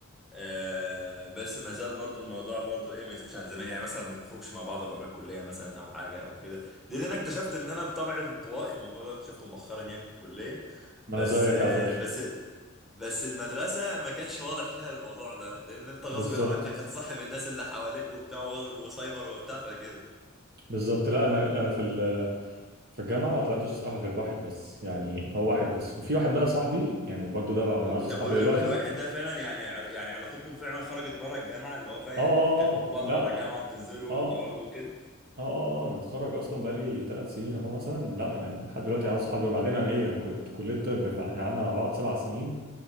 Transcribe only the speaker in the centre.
آه بس ما زال برضو الموضوع برضو ايه ما يزيدش عن زمان يعني مثلا ما بنخرجش مع بعض بره الكليه مثلا او حاجه او كده لان انا اكتشفت ان انا بطبعي انطوائي الموضوع ده اكتشفته مؤخرا يعني في الكليه
بس
آه
بس بس المدرسة ما كانش واضح فيها الموضوع ده لأن أنت غصب
عنك هتصاحب الناس اللي حواليك وبتاع وغصب وسايبر وبتاع فكده
و-
طب
وال-
ال- الواحد ده فعلا يعني ع- يعني علاقتكم فعلا خرجت بره الجامعة اللي هو فعلا
يعني انتوا بتكلموا بعض
بره الجامعة
وبتنزلوا
وتقعدوا وكده